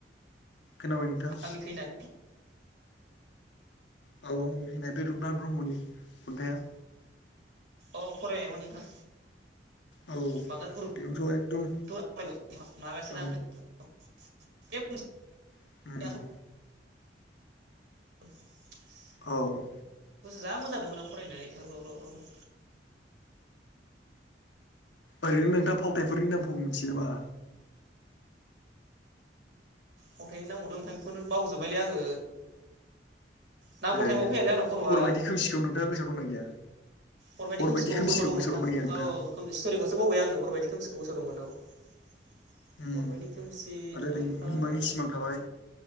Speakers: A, on the left; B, on the right.
A: खोनाबाय नोंथां।
B: आंनि खैनानै
A: औ आंनि खैना बे रुपनाथ ब्रह्मनि खन्थाया।
B: अ फरायबायमोन नोंथां।
A: औ
B: बांगाल गुरु
A: बेबोथ' एकदम
B: <inaudible> माबायासोना।
A: औ
B: बे
A: उम
B: <inaudible> <unintelligible>
A: औ।
B: जा मोजां मोनदोमोन आं फरायनो ए र' र' र' र'।
A: ओरैनो नोंथाङा फावथायाइफोरनि नामखौ मिथियो नामा।
B: फावथायनि नामखौथ नोंथां बेखौनो बावजोबबायलै आङो नांगौ
A: ए
B: टाइमाव फैयालै आंना खर'आ
A: हरबायायदि खोमसिखो नोंथाङा गोसोआव दंना गैया।
B: हरबायायदि
A: हरबायदि
B: खोमसिखौ गोसोआव दंमोन नोंथां
A: दंना गैया नोंथाङा?
B: औ स्ट'रिखौसो बावबाय आङो हरबायदि खोमसिखौ गोसोआव दंमोन औ। <unintelligible>
A: उम
B: हरबायदि खोमसि
A: आरो ओरै
B: ओमफ्राय
A: मिमांनि सिमां थाबाय।